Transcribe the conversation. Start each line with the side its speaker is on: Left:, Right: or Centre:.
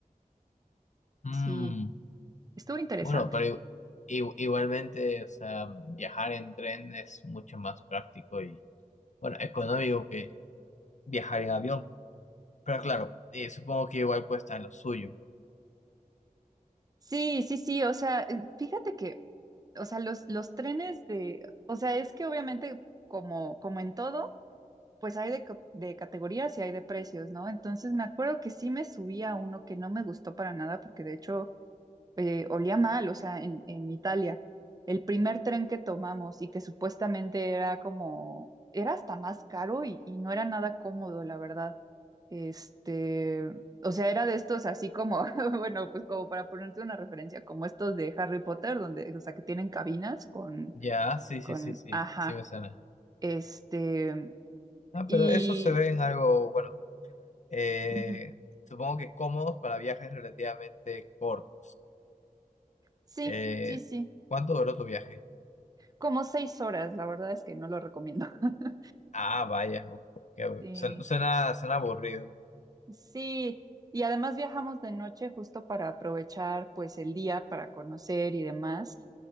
Left: Mm,
Right: Sí, Estuvo interesante.
Left: Bueno, pero i- i- igualmente, o sea, viajar en tren es mucho más práctico y, bueno, económico que viajar en avión. Pero claro, eh, supongo que igual cuesta lo suyo.
Right: Sí, sí, sí, o sea, eh, fíjate que, o sea, los, los trenes de, o sea, es que obviamente como, como en todo, pues hay de, ca- de categorías y hay de precios, ¿no? Entonces me acuerdo que sí me subí a uno que no me gustó para nada porque de hecho eh, olía mal, o sea, en, en Italia, el primer tren que tomamos y que supuestamente era como, era hasta más caro y, y no era nada cómodo, la verdad. Este, o sea, era de estos así como, <laughs> bueno, pues como para ponerte una referencia, como estos de Harry Potter, donde, o sea, que tienen cabinas con,
Left: Ya, sí,
Right: con,
Left: sí, sí, sí,
Right: ajá,
Left: sí me suena.
Right: este,
Left: Ah,
Right: y,
Left: pero eso se ve en algo, bueno, eh,
Right: ujú,
Left: supongo que cómodos para viajes relativamente cortos.
Right: sí,
Left: Eh,
Right: sí, sí,
Left: ¿cuánto duró tu viaje?
Right: como seis horas, la verdad es que no lo recomiendo. <laughs>
Left: Ah, vaya, uf, qué bu-
Right: Sí,
Left: suen- suena, suena aburrido.
Right: sí, y además viajamos de noche justo para aprovechar pues el día para conocer y demás.